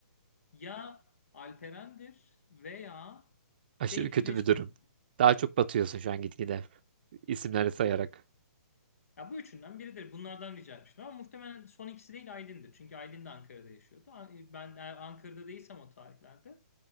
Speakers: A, on the left (about 60°); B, on the right (about 35°).
A: ya Alperen'dir veya
B: Aşırı
A: belki
B: kötü
A: Resul'dür.
B: bir durum. Daha çok batıyorsun şu an gitgide isimleri sayarak.
A: Ya bu üçünden biridir. Bunlardan rica etmiştim ama muhtemelen son ikisi değil Aylin'dir. Çünkü Aylin de Ankara'da yaşıyordu. A- e, Ben eğer Ankara'da değilsem o tarihlerde